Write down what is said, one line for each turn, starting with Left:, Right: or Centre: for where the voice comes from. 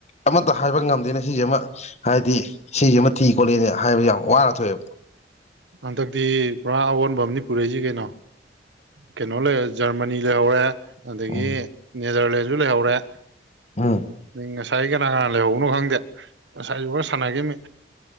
Left: ꯑꯃꯠꯇ ꯍꯥꯏꯕ ꯉꯝꯗꯦꯅꯦ ꯁꯤꯖꯦ ꯑꯃ ꯍꯥꯏꯗꯤ ꯁꯤꯖꯤ ꯑꯃ ꯊꯤ ꯈꯣꯠꯂꯦꯅ ꯍꯥꯏꯕꯁꯦ ꯌꯥꯝ ꯋꯥꯅ ꯊꯣꯛꯑꯦꯕ
Right: ꯍꯟꯗꯛꯇꯤ ꯄꯨꯔꯥ ꯑꯑꯣꯟꯕ ꯑꯃꯅꯤ ꯄꯨꯔꯛꯏꯁꯤ ꯀꯩꯅꯣ ꯀꯩꯅꯣ ꯂꯩ ꯖꯔꯃꯅꯤ ꯂꯩꯍꯧꯔꯦ ꯑꯗꯒꯤ
Left: ꯎꯝ
Right: ꯅꯦꯗꯔꯂꯦꯟꯁꯨ ꯂꯩꯍꯧꯔꯦ
Left: ꯑꯥ
Right: ꯑꯗꯩ ꯉꯁꯥꯏ ꯀꯅꯥ ꯀꯅꯥ ꯂꯩꯍꯧꯕꯅꯣ ꯈꯪꯗꯦ ꯉꯁꯥꯏꯁꯨ ꯈꯔ ꯁꯥꯟꯅꯒꯤꯝꯅꯤ